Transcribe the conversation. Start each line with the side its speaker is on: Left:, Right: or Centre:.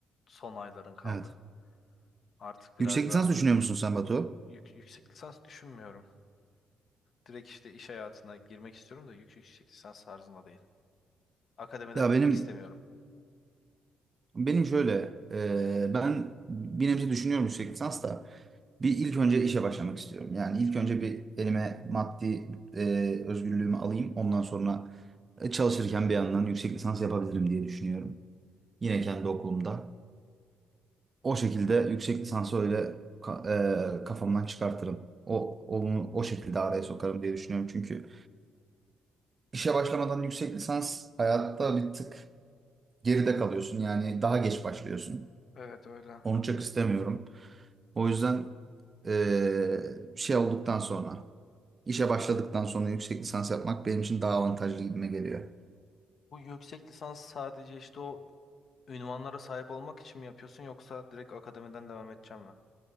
Left: son ayların kaldı.
Right: Evet.
Left: Artık biraz
Right: Yüksek lisans
Left: da
Right: düşünüyor musun sen Batu?
Left: yük- yüksek lisans düşünmüyorum. Direkt işte iş hayatına girmek istiyorum da yük- yüksek lisans tarzında değil. Akademiden
Right: Ya
Left: gitmek
Right: benim
Left: istemiyorum.
Right: benim şöyle e, ben bir nebze düşünüyorum yüksek lisans da bir ilk önce işe başlamak istiyorum. Yani ilk önce bir elime maddi e, özgürlüğümü alayım. Ondan sonra e, çalışırken bir yandan yüksek lisans yapabilirim diye düşünüyorum. Yine kendi okulumda. O şekilde yüksek lisansı öyle ka- e, kafamdan çıkartırım. O, onu o şekilde araya sokarım diye düşünüyorum. Çünkü işe başlamadan yüksek lisans hayatta bir tık geride kalıyorsun. Yani daha geç başlıyorsun.
Left: Evet öyle.
Right: Onu çok istemiyorum. O yüzden e, şey olduktan sonra, işe başladıktan sonra yüksek lisans yapmak benim için daha avantajlı gibime geliyor.
Left: Bu yüksek lisans sadece işte o ünvanlara sahip olmak için mi yapıyorsun yoksa direkt akademiden devam edeceğim mi?